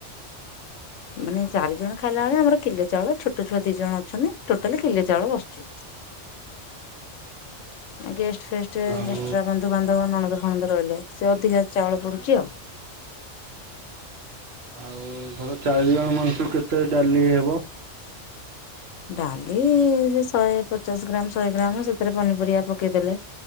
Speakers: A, on the left; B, on the right.
A: ମାନେ ଚାରି ଜଣ ଖାଇଲା ବେଳେ ଆମର କିଲା ଚାଉଳ ଛୋଟ ଛୁଆ ଦି ଜଣ ଅ ଛନ୍ତି ଟୋଟାଲି ବିଲେ ଚାଉଳ ବସୁଛି। ଗେଷ୍ଟ ଫେଷ୍ଟ ଏକ୍ସଟ୍ରା
B: ଆଉ
A: ବନ୍ଧୁବାନ୍ଧବ ନଣଦ ଫଣଦ ରହିଲେ ସେ ଅଧିକା ଚାଉଳ ପଡୁଛି ଆଉ। <inaudible>
B: ଆଉ ଧର ଚାରି ଜଣ ମଣିଷ କୁ କେତେ ଡାଲି ହେବ।
A: ଡାଲି ସେ ଶହେ ପଚାଶ ଗ୍ରାମ୍ ଶହେ ଗ୍ରାମ୍ ସେଥିରେ ପନିପରିବା ପକେଇଦେଲେ।